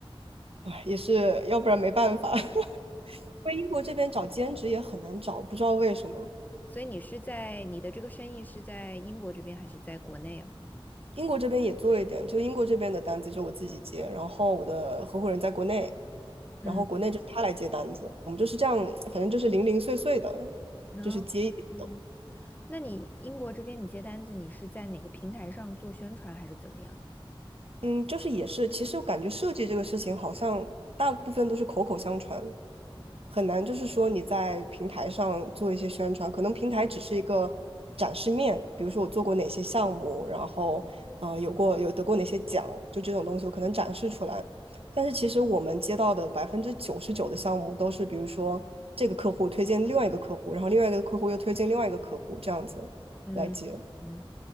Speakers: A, on the right (about 80°); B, on the left (about 15°).
A: 唉，也是要不然没办法。<laughs> 因为英国这边找兼职也很难找，不知道为什么。
B: 所以你是在你的这个生意是在英国这边还是在国内啊？
A: 英国这边也做一点，就英国这边的单子就我自己接，然后我的合伙人在国内，
B: 嗯，
A: 然后国内就是他来接单子，我们就是这样，反正就是零零碎碎的，
B: 那哦，
A: 就是接一点。
B: 那你英国这边你接单子，你是在哪个平台上做宣传还是怎么样？
A: 嗯，就是也是，其实我感觉设计这个事情好像大部分都是口口相传，很难就是说你在平台上做一些宣传，可能平台只是一个展示面，比如说我做过哪些项目，然后呃有过有得过哪些奖，就这种东西我可能展示出来。但是其实我们接到的百分之九十九的项目都是，比如说这个客户推荐另外一个客户，然后另外一个客户又推荐另外一个客户，这样子来接。
B: 嗯嗯